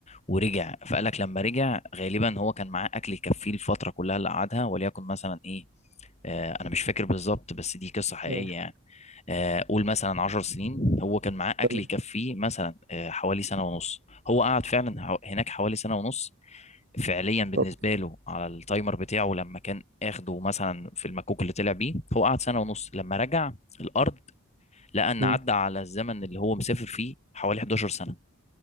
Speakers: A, on the left; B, on the right.
A: ورجع فقالك لما رجع غالبا هو كان معاه اكل يكفيه الفتره كلها اللي قعدها وليكن مثلا ايه آه انا مش فاكر بالظبط بس دي قصه حقيقيه
B: اه
A: يعني آه قول مثلا عشر سنين هو كان معاه اكل
B: تمام
A: يكفيه مثلا آه حوالي سنه ونص هو قعد فعلا حو- هناك حوالي سنه ونص فعليا بالنسبه
B: طب.
A: له على التايمر بتاعه لما كان اخده مثلا في المكوك اللي طلع بيه هو قعد سنه ونص لما رجع الارض لقى ان
B: مم.
A: عدى على الزمن اللي هو مسافر فيه حوالي 11 سنه